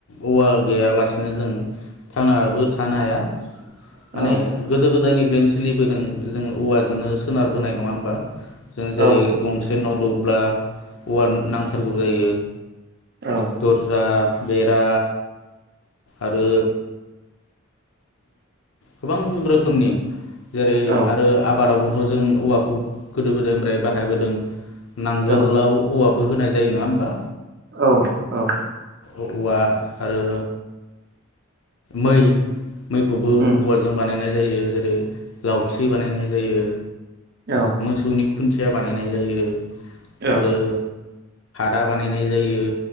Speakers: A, on the left; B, on the right.
A: औवा गैयालासिनो जों थांनाबो थानो हाया माने
B: औ
A: गोदो गोदायनि सोलिबोदों जोङो औवाजोंनो सोनारबोनाय नङा होमबा? जों जेरै
B: औ
A: गंसे न' लु अब्ला औवा नांथारगौ जायो
B: औ
A: दर्जा बेरा आरो गोबां रोखोमनि जेरै
B: औ
A: आरो आबादआवबो जों औवाखौ गोदो गोदायनिफ्राय बाहायबोदों नांगोलाव
B: औ
A: औवाबो होनाय जायो नोङा ओमबा
B: औ औ
A: औवा आरो मै मैखौबो
B: उम
A: औवाजों बानायनाय जायो जेरै लावथि बानायनाय जायो
B: औ
A: मोसौनि खुन्थिया बानायनाय जायो।
B: औ
A: आरो दा बानायनाय जायो